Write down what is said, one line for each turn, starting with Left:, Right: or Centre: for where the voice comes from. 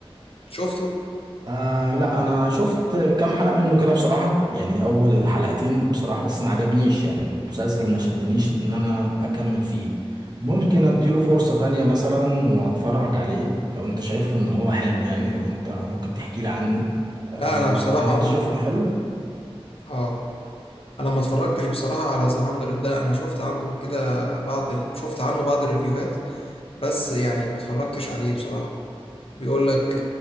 Left: شفته
Right: آه لا انا شفت كام حلقة منه كده بصراحة يعني اول حلقتين بصراحة بس ما عجبنيش يعني المسلسل ما شدنيش ان انا اكمل فيه ممكن اديله فرصة تانية مثلا واتفرج عليه لو انت شايف ان هو حلو يعني لو انت ممكن تحكي لي عنه آه
Left: لا انا بصراحة
Right: ولو انت
Left: ما
Right: شايف انه حلو
Left: اه انا ما اتفرجتش بصراحه على ذا 100 ده انا شفت عنده كده بعض ال... شفت عنه بعض الريفيوهات بس يعني ما اتفرجتش عليه بصراحه بيقول لك